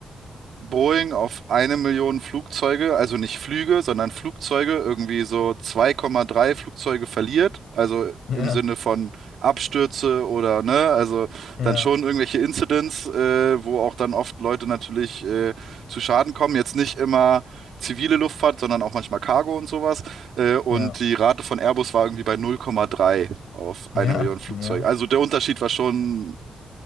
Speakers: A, on the right; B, on the left.
A: Boeing auf eine Million Flugzeuge, also nicht Flüge, sondern Flugzeuge, irgendwie so 2,3 Flugzeuge verliert, also
B: Ja,
A: im Sinne von Abstürze oder ne, also
B: ja,
A: dann schon irgendwelche Incidents, äh, wo auch dann oft Leute natürlich äh, zu Schaden kommen. Jetzt nicht immer zivile Luftfahrt, sondern auch manchmal Cargo und sowas. Äh, und
B: ja,
A: die Rate von Airbus war irgendwie bei 0,3 auf
B: ja,
A: eine Million Flugzeuge.
B: ja.
A: Also der Unterschied war schon